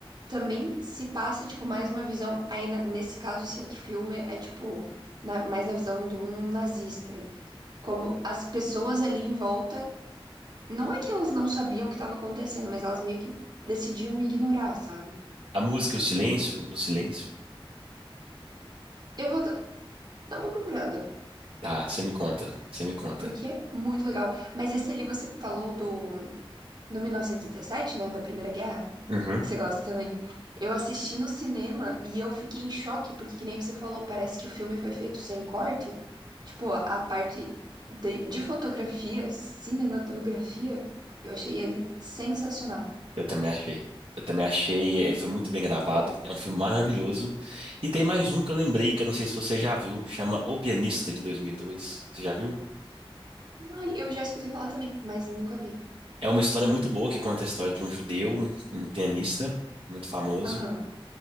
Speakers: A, on the right; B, on the right.
A: Também se passa, tipo, mais uma visão. Aí, na- nesse caso, esse outro filme é, tipo, na- mais na visão de um nazista. E como as pessoas ali em volta. Não é que elas não sabiam o que estava acontecendo, mas elas meio que decidiam ignorar, sabe?
B: A música, o silêncio, o silêncio.
A: Eu vou, Dá uma procurada,
B: Tá, você me conta, você me conta.
A: porque é muito legal. Mas esse ali você falou do, do 1917, né? Da Primeira Guerra,
B: Uhum.
A: que você gosta também. Eu assisti no cinema e eu fiquei em choque, porque, que nem você falou, parece que o filme foi feito sem corte. Tipo, a parte de, de fotografia, cinematografia, eu achei ele sensacional.
B: Eu também achei. Eu também achei, é, foi muito bem gravado. É um filme maravilhoso. E tem mais um que eu lembrei, que eu não sei se você já viu, chama O Pianista de 2002. Você já viu?
A: Ai, eu já escutei falar também, mas nunca vi.
B: É uma história muito boa que conta a história de um judeu, um pianista muito famoso.
A: Aham.